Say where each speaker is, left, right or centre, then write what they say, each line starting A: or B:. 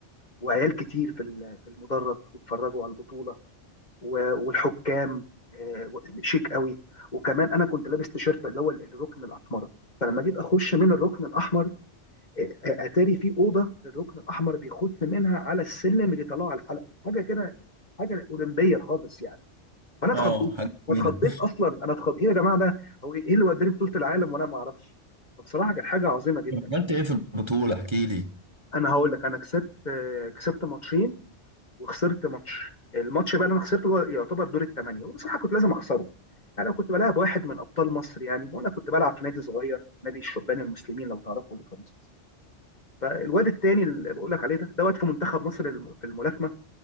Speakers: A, on the left (about 40°); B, on the right (about 25°).
A: وعيال كتير في ال- في المدرج بيتفرجوا على البطوله و- والحكام آه، و- شيك قوي وكمان انا كنت لابس تيشيرت اللي هو الركن الاحمر فلما جيت اخش من الركن الاحمر آه، آه، اتاري في اوضه للركن الاحمر بيخش منها على السلم اللي طلع على الحلقه حاجه كده حاجه اولمبيه خالص يعني فانا اتخضيت
B: اه حاجة
A: اتخضيت
B: جميلة
A: اصلا انا اتخضيت ايه يا جماعه ده هو ايه إيه اللي وداني بطوله العالم وانا ما اعرفش فبصراحه كانت حاجه عظيمه جدا
B: طب عملت ايه في البطولة احكي لي
A: انا هقول لك انا كسبت آه، كسبت ماتشين وخسرت ماتش الماتش بقى اللي انا خسرته هو يعتبر دور الثمانيه وبصراحه كنت لازم اخسره يعني انا كنت بلعب واحد من ابطال مصر يعني وانا كنت بلعب في نادي صغير نادي الشبان المسلمين لو تعرفوا اللي في مصر فالواد التاني اللي بقول لك عليه ده ده واد في منتخب مصر الم- في الملاكمه